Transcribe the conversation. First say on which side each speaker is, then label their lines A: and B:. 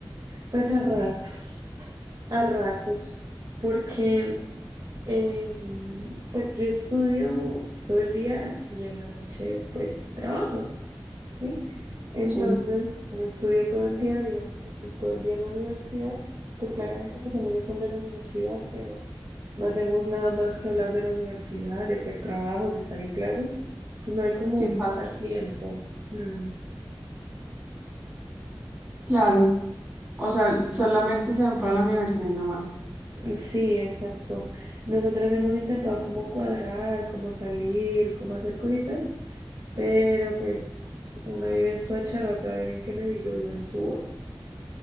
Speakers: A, on the right; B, on the right.
A: Pues a ratos. a ratos, porque eh, pues yo estudio todo el día y en la noche pues trabajo, ¿sí? Entonces,
B: sí?
A: como estudio todo el día, digamos que estoy todo el día en la universidad, pues claramente mis amigos son de la universidad, pero no hacemos nada más que hablar de la universidad, de hacer trabajos, de estar en clases, y no hay como
B: Sí,
A: un
B: pa-
A: pasatiempo. Mm,
B: claro. O sea, solamente se van para la universidad y no más.
A: Sí, exacto. Nosotras hemos intentado como cuadrar, como salir, como hacer cositas, pero pues una vive en Soacha, la otra vive en Kennedy y yo vivo en Suba.